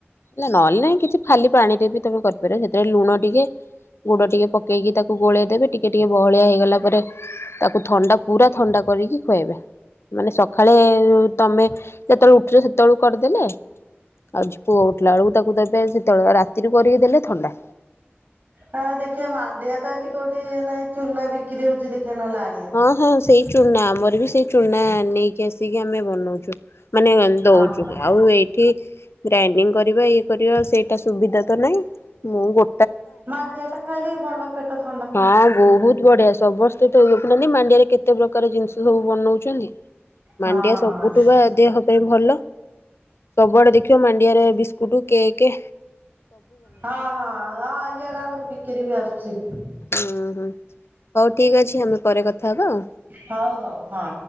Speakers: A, on the left; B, on the right.
A: ହେଲା ନହେଲେ ନାଇଁ କିଛି ଖାଲି ପାଣିରେ ବି ରେ ଲୁଣ ଟିକେ ଗୁଡ ଟିକେ ପକେଇକି ତାକୁ ଗୋଳେଇ ଦେବେ ଟିକେ ଟିକେ ବହଳିଆ ହେଇଗଲା ପରେ ତାକୁ ଥଣ୍ଡା ପୁରା ଥଣ୍ଡା କରିକି ଖୁଆଇବେ, ମାନେ ସକାଳେ ତମେ ଯେତେବେଳେ ଉଠୁଛ ସେ ତଳୁ କରିଦେଲେ, ଆଉ ପୁଅ ଉଠିଲା ବେଳକୁ ତାକୁ ଦେବେ ସେ କେତେବେଳେ ରାତିରୁ କରିକି ଦେଲେ ଥଣ୍ଡା।
B: ହଁ ଦେଖିବା ମାଣ୍ଡିଆ ତ ଏଠି କୋଉଠି ଇଏ ନାହିଁ ଚୁନା ବିିକ ବିକ୍ରି ହଉଚି ଦେଖ ଦେଖିଆ ନହେଲେ ଆଣିଆ।
A: ହଁ ହଁ ସେଇ ଚୁନା ଆମର ବି ସେଇ ଚୁନା ନେଇକି ଆସିକି ଆମେ ବନଉଛୁ। ମାନେ ଦଉଛୁ,
B: ଓହୋ
A: ଆଉ ଏଇଠି ଗ୍ରାଇଣ୍ଡିଙ୍ଗ କରିବା, ଇଏ କରିବା, ସେଇଟା ସୁବିଧା ତ ନାହିଁ ମୁଁ ଗୋ
B: ମାଣ୍ଡିିଆ ଟା ଖାଇଲେ ଭଲ ପେଟ ଥ
A: ହଁ ବହୁତ ବଢିଆ ସବୁ ବର୍ଷ ତେଣୁ ଦେଖୁନାହାନ୍ତି ମାଣ୍ଡିଆରେ କେତେ ପ୍ରକାର ଜିନିଷ ସବୁ ବନଉଛନ୍ତି।
B: ହଁ
A: ମାଣ୍ଡିଆ ସବୁଠୁ
B: ହଁ
A: ବା ଦେହ ପାଇଁ ଭଲ। ସବୁଆଡେ ଦେଖିବ ମାଣ୍ଡିଆରେ ବିସ୍କୁଟ, କେକେ
B: ହଁ ହଁ ହଁ ଇ ଇଆଡେ ଆମର ବିକ୍ରି ବି ଆସୁଛି।
A: ହୁଁ ହୁଁ ହଉ ଠିକ ଅଛି ଆମେ ପରେ କଥା ହବା ଆଉ।
B: ହଉ ହଉ ହଁ।